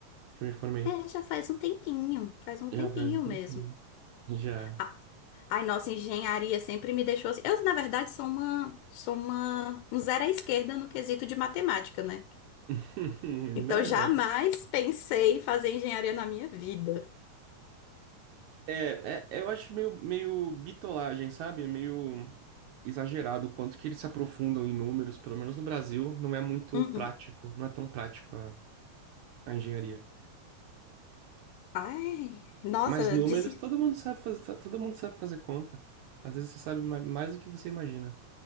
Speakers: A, on the right; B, on the left.
A: que eu me formei.
B: É, já faz um tempinho, faz um
A: Já
B: tempinho
A: faz um tempinho.
B: mesmo.
A: Já.
B: Ah, ai, nossa, engenharia sempre me deixou assim. Eu, na verdade, sou uma, sou uma, um zero à esquerda no quesito de matemática, né?
A: <laughs>
B: Então,
A: Não é,
B: jamais
A: não.
B: pensei em fazer engenharia na minha vida.
A: É, é- eu acho meio, meio bitolagem, sabe? É meio exagerado o quanto que eles se aprofundam em números, pelo menos no Brasil, não é muito
B: Uhum.
A: prático, não é tão prático a, a engenharia.
B: Ai, nossa,
A: Mas
B: eu
A: números,
B: disse,
A: todo mundo sabe fazer, todo mundo sabe fazer conta. Às vezes você sabe ma- mais do que você imagina.